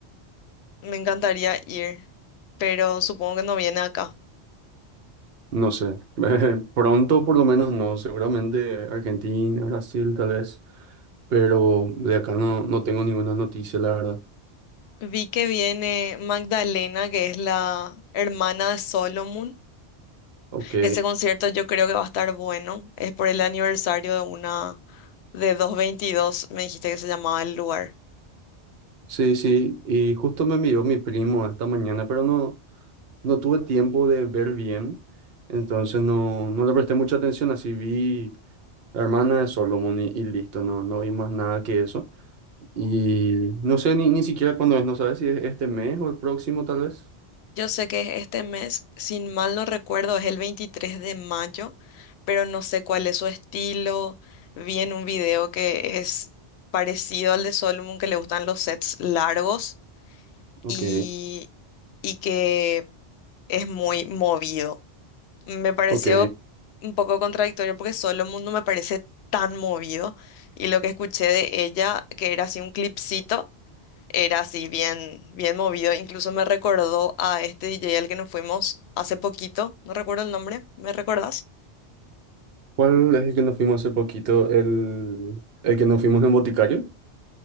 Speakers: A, on the left; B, on the right.
A: Me encantaría ir, pero supongo que no viene acá.
B: No sé, <laughs> pronto por lo menos no, seguramente Argentina, Brasil tal vez, pero de acá no, no tengo ninguna noticia, la verdad.
A: Vi que viene Magdalena, que es la hermana de Solomon.
B: Ok,
A: Ese concierto yo creo que va a estar bueno. Es por el aniversario de una de doscientos veintidós. me dijiste que se llamaba el lugar.
B: sí, sí, y justo me envió mi primo esta mañana, pero no, no tuve tiempo de ver bien, entonces no, no le presté mucha atención, así vi la hermana de Solomon y, y listo, no, no vi más nada que eso. Y no sé ni, ni siquiera cuándo es, no sabes si es este mes o el próximo tal vez.
A: Yo sé que es este mes, sin mal no recuerdo, es el 23 de mayo, pero no sé cuál es su estilo. Vi en un video que es parecido al de Solomon, que le gustan los sets largos
B: Ok,
A: y, y que es muy movido. Me pareció
B: ok.
A: un poco contradictorio porque Solo Mundo me parece tan movido y lo que escuché de ella, que era así un clipcito, era así bien, bien movido. Incluso me recordó a este DJ al que nos fuimos hace poquito, no recuerdo el nombre, ¿me recordás?
B: ¿Cuál es el que nos fuimos hace poquito? El, el que nos fuimos en Boticario.